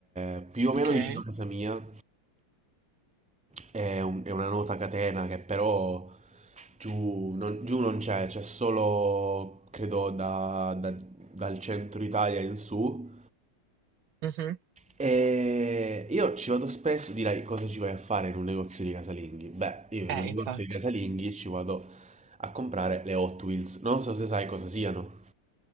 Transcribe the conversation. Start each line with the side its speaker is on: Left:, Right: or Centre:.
Centre: è più o meno
Right: Ok.
Centre: vicino a casa mia È, un- è una nota catena che però giù non, giù non c'è, c'è solo, credo, da- da- dal centro Italia in su.
Right: Mhm.
Centre: E io ci vado spesso, direi cosa ci vai a fare in un negozio di casalinghi? Beh, io
Right: Eh,
Centre: in un negozio
Right: infatti.
Centre: di casalinghi ci vado a comprare le Hot Wheels. Non so se sai cosa siano.